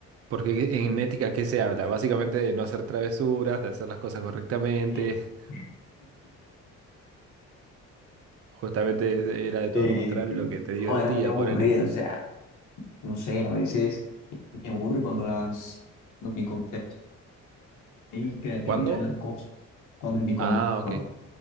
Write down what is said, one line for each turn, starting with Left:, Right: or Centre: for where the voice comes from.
Right: porque ¿qué- en ética, ¿qué se habla? Básicamente de no hacer travesuras, de hacer las cosas correctamente.
Left: <laughs>
Right: <laughs> Justamente era de todo
Left: Sí,
Right: lo contrario
Left: sí.
Right: lo que te divertía,
Left: No, era muy aburrida,
Right: ponele.
Left: o sea, no sé, a veces me aburre cuando las, cuando mi contexto y creatividad
Right: ¿Cuándo?
Left: en las cosas, cuando en mi contexto,
Right: Ah, ok.